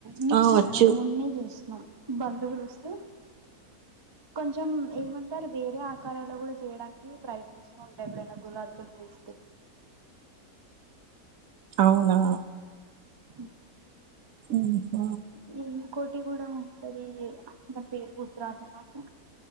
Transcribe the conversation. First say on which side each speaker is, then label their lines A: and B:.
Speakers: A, on the right; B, on the right.
A: నిన్న
B: ఆ వచ్చు
A: కాదు మొన్న చేసుకున్నాం బంధువులు వస్తే కొంచెం ఏమంటారు వేరే ఆకారాలు కూడా చేయడానికి ప్రయత్నిస్తూ ఉంటా ఎప్పుడైనా గులాబ్ జామ్ చేస్తే
B: అవునా
A: హమ్
B: ఉహుమ్
A: ఇ ఇంకోటి కూడా ఉంటంది దాని పేరు గుర్తు రాటల నాకు